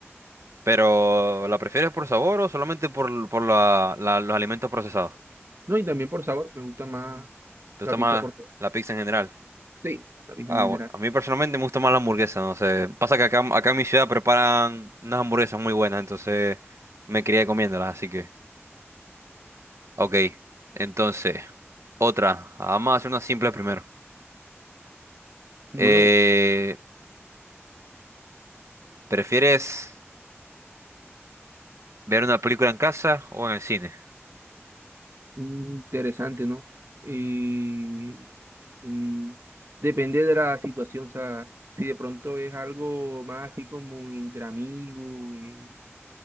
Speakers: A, on the right; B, on the right.
A: Pero, ¿la prefieres por sabor o solamente por, por la- la- los alimentos procesados?
B: ¿no? Y también por sabor, me gusta más
A: ¿Tú
B: la
A: tomas
B: pizza por sabor.
A: la pizza en general?
B: Sí, la pizza
A: Ah,
B: en general.
A: bueno, a mí personalmente me gusta más la hamburguesa, no sé. Pasa que acá, acá en mi ciudad preparan unas hamburguesas muy buenas, entonces me crié comiéndolas, así que... Ok, entonces, otra. Vamos a hacer una simple primero.
B: Bueno,
A: Eh, ¿prefieres ver una película en casa o en el cine?
B: interesante, ¿no? Eh, Mm, Depende de la situación, o sea, si de pronto es algo más así como entre amigos, eh,